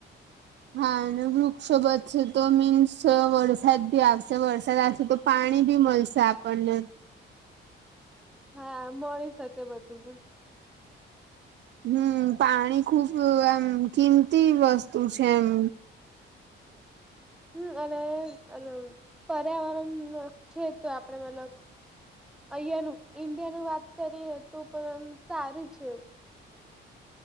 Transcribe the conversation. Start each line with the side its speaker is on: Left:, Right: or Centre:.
Right: હા અને વૃક્ષો બચશે તો મીન્સ વરસાદ બી આવશે વરસાદ આવશે તો પાણી બી મલશે આપણને.
Centre: હા મળી શકે બધું પણ.
Right: હમ્મ પાણી ખુબ એમ કિંમતી વસ્તુ છે એમ.
Centre: હમ્મ અને અલો પર્યાવરણ છે તો આપડે મતલબ અહીંયા નું ઈન્ડિયા નુંત કરીએ તો પણ સારું છે.